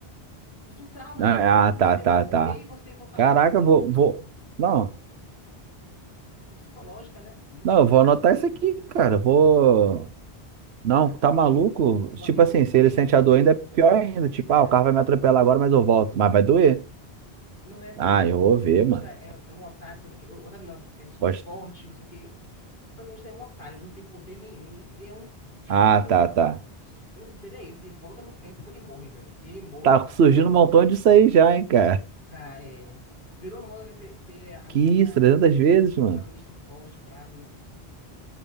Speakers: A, on the left; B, on the right.
A: Mas assim, o trauma,
B: Ah,
A: né? Imagina
B: ah, tá,
A: você
B: tá,
A: morrer
B: tá.
A: e você voltar
B: Caraca,
A: vivo vida, você assim,
B: vou, vou. Não,
A: é psicológica, né? Muito
B: não,
A: bizarra.
B: eu vou anotar isso aqui, cara. Vou. Não,
A: Anote.
B: tá maluco?
A: O
B: Tipo
A: anime
B: assim,
A: tem
B: se
A: três
B: ele sente
A: seasons.
B: a dor ainda, é pior ainda. Tipo,
A: Cara,
B: ah, o carro vai me atropelar agora, mas eu volto. Mas vai doer.
A: não é aquele
B: Ah,
A: anime
B: eu
A: que
B: vou
A: o o
B: ver,
A: protagonista
B: mano.
A: é, um é um otário, sabe? Que- O otário não, é super
B: Pode...
A: forte, não sei o quê. Protagonista é um otário, ele não tem poder nenhum, ele, ele é um só comum.
B: Ah, tá, tá.
A: O único dele é esse, ele volta no tempo quando ele morre, velho. E ele morre
B: Tá surgindo
A: 300.
B: um montão disso aí já, hein, cara.
A: Tá, é. Virou moda, né? Ter, ter anime
B: Que isso,
A: é,
B: Trezentas vezes, mano.
A: protagonista forte, fraco, né?